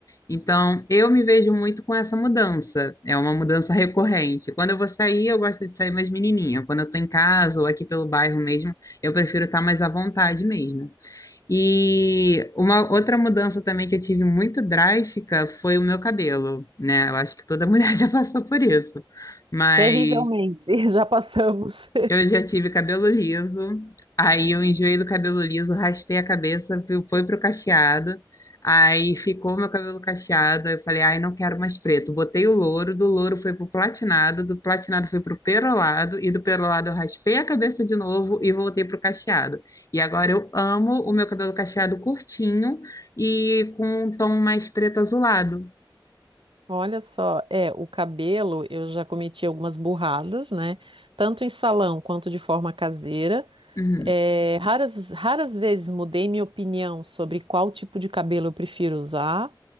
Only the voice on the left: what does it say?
Então, eu me vejo muito com essa mudança. É uma mudança recorrente. Quando eu vou sair, eu gosto de sair mais menininha. Quando eu tô em casa ou aqui pelo bairro mesmo, eu prefiro estar mais à vontade mesmo. E uma outra mudança também que eu tive muito drástica foi o meu cabelo, né? Eu acho que toda mulher <laughs> já passou por isso. Mas
eu já tive cabelo liso, aí eu enjoei do cabelo liso, raspei a cabeça, fui- foi pro cacheado, aí ficou meu cabelo cacheado, aí eu falei, ai, não quero mais preto. Botei o louro, do louro foi pro platinado, do platinado foi pro perolado, e do perolado eu raspei a cabeça de novo e voltei pro cacheado. E agora eu amo o meu cabelo cacheado curtinho e com um tom mais preto azulado.
Uhum.